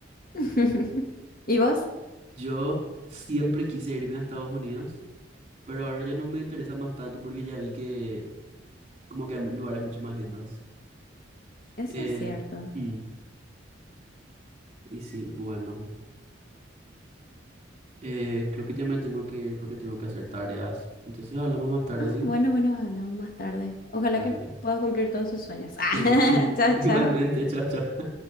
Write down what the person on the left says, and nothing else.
<laughs> ¿Y vos?
Eso
es cierto.
Ah,
bueno, bueno, hablamos más tarde. Ojalá
que puedas cumplir todos tus sueños. <laughs>
Ah,
<laughs> chao,
chao.